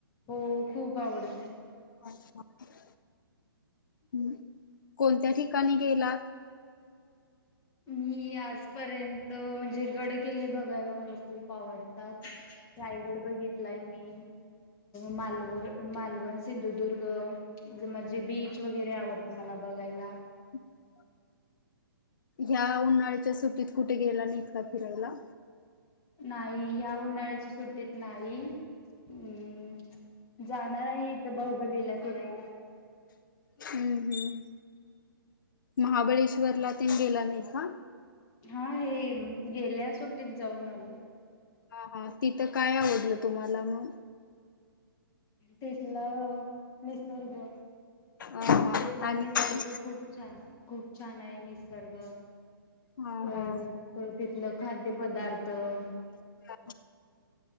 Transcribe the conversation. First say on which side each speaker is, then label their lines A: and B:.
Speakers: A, on the left; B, on the left.
A: हो, खूप आवडते.
B: अ ह <unintelligible> हम कोणत्या ठिकाणी गेलात?
A: मी आज पर्यंत म्हणजे, जे गड किल्ले बघायला, मला खूप आवडतं. परत रायगड बघितलाय मी मालव- मालवण, सिंधुदुर्ग मग बीच वगैरे आवडतं मला बघायला.
B: <inaudible> ह्या उन्हाळ्याच्या सुटीत कुटे गेला नित का फिरायला?
A: नाही, ह्या उन्हाळ्याची सुट् तेत नाही, अम् जाणार आहे इथं बाहुबलीला फिरायला.
B: हम्म-हम्म, महाबळेश्वरला तेन गेला नाही का?
A: हा हे गेल्या सुट्टीत जाऊन आलोय.
B: हा हा तिथं काय आवडलं तुम्हाला मग?
A: तिथला निसर्ग,
B: हा हा
A: तिथला
B: आणि
A: निसर्ग
B: काय?
A: खूप छान खूप छान आहे निसर्ग.
B: हा
A: परत
B: हा
A: तिथलं खाद्य पदा अ म
B: <inaudible>